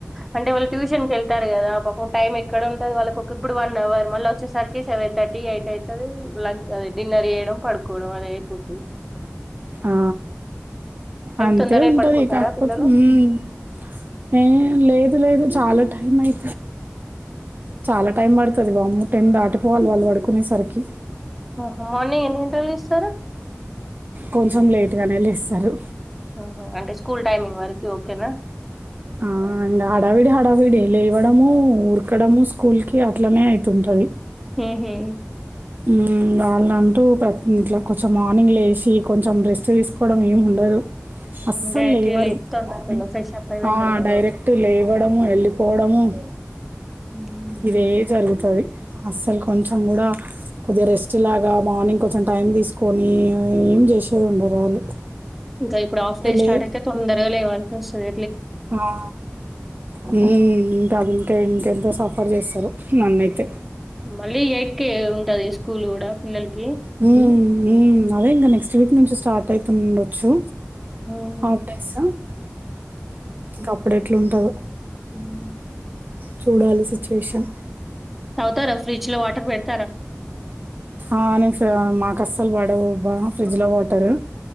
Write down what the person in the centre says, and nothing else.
అంటే వాళ్ళు ట్యూషన్కి వెళ్తారు కదా పాపం టైం ఎక్కడ ఉంటంది వాళ్ళకి ఒక ఇప్పుడు వన్ అవర్ మళ్ళ వచ్చేసరికి సెవెన్ థర్టీ ఎయిట్ అయితది లంచ్ అదే డిన్నర్ వయడం పడుకోవడం అదే అయిపోతది
తొందరగా
పడుకుంటారా
పిల్లలు
ఓకే.
ఆహ మార్నింగ్ ఎన్నింటలు లేస్తారు
ఆహా అంటే స్కూల్ టైమింగ్ వరకి ఓకేనా
మ్హు
డైరెక్ట్
లేచి తొందర
తొందర ఫ్రెష్ అప్ అయి వెళ్ళడమే
రోజు
ఉమ్.
ఇంకా ఇప్పుడు ఆఫ్ డే
స్టార్ట్ అయితే తొందరగా లేవల్సి అస్తది
మళ్ళీ యైట్కే ఉంటది స్కూల్ కూడా పిల్లలకి
ఎయిట్
మ్మ్
తవుతారా ఫ్రిజ్ లో వాటర్ పెడ్
అవునా.